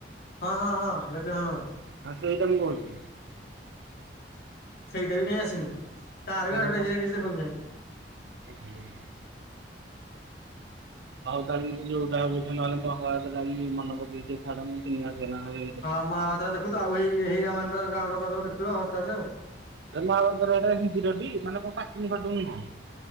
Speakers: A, on the left (about 60°); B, on the right (about 75°).
A: ହଁ ହଁ ହଁ ଲେଜେଣ୍ଡ ଅନର
B: ହଁ ସେଇଟା ମୁଁ କହୁଛି।
A: ସେଇଟା ବି କାଇଁ ଆସିନି ତାର
B: ସେଇଟା
A: ବି ଆଠଟା <unintelligible> କିଛି ଦେଖନ୍ତୁ ନାହିଁ।
B: <unintelligible> ହଉ ତାହେଲେ ଯୋଉଟା ହଉଛି ନହେଲେ ମନେ ପକେଇକି ଟିକେ ଛାଡ଼ <inaudible>
A: ହଁ ମୁଁ ଆଉ ଦେଖୁଥ ଆଉ ଏଇ ଏଇ ଡାଉନଲୋଡ କରିଦେବ ହସ୍ଟାରରେ ଆଉ।
B: ମହାଭାରତର ଏଇଟା ହିନ୍ଦୀର ଟି ମାନେ କ କାଟୁନି ଫାଟୁନ?